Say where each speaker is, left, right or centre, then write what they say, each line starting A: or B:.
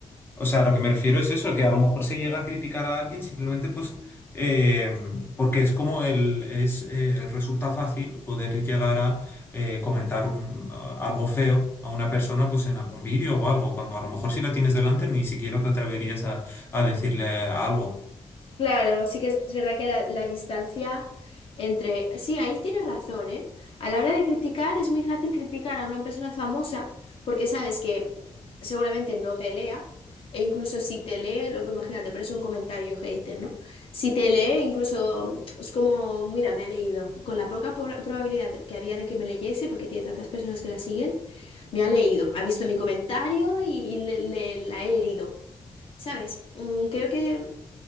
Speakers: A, on the left; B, on the left.
A: O sea, lo que me refiero es eso, que a lo mejor se llega a criticar a alguien simplemente pues eh, porque es como el, es, eh, resulta fácil poder llegar a eh, comentar un- a- algo feo a una persona pues en algún vídeo o algo, cuando a lo mejor si la tienes delante ni siquiera te atreverías a, a decirle algo.
B: Claro, sí que es verdad que la, la distancia entre... Sí, ahí tienes razón, ¿eh? A la hora de criticar es muy fácil criticar a una persona famosa porque sabes que seguramente no te lea e incluso si te lee, lo- imagínate, por eso un comentario hater, ¿no? Si te lee, incluso mm, es como, mira, me ha leído. Con la poca por- probabilidad que había de que me leyese, porque tiene tantas personas que la siguen, me ha leído, ha visto mi comentario y, y le, le- la he herido. ¿Sabes? Mm, Creo que...